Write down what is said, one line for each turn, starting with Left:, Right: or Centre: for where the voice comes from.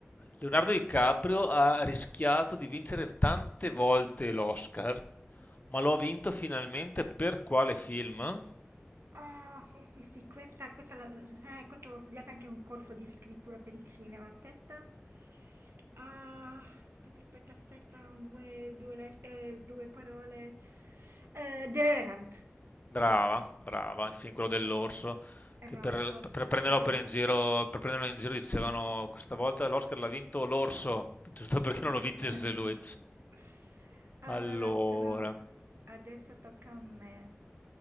Left: Leonardo
Right: mh.
Left: DiCaprio ha rischiato di vincere tante volte l'Oscar, ma lo ha vinto finalmente per quale film?
Right: Ah, sì, sì, sì, questa, questa, la- eh, questa l'ho studiata anche in un corso di scrittura per il cinema. Aspetta. Ah, aspetta, aspetta, aspetta, un, due, due, let- eh, due parole. Eh, The Revenant.
Left: Brava, brava, il film quello dell'orso,
Right: Esatto.
Left: che per, per- per prenderlo
Right: Eh, vedi
Left: per in
Right: che...
Left: giro, per prenderlo in giro dicevano questa volta l'Oscar l'ha vinto l'orso, <laughs> giusto perché
Right: <laughs>
Left: non lo vincesse lui.
Right: Allora,
Left: Allora,
Right: te lo- adesso tocca a me.